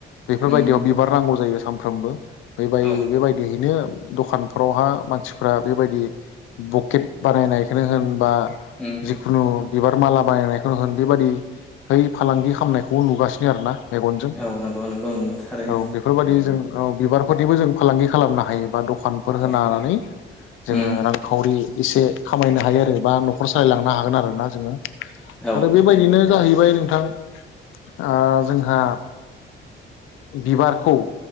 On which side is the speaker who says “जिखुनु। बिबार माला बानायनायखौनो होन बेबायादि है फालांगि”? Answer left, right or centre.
Left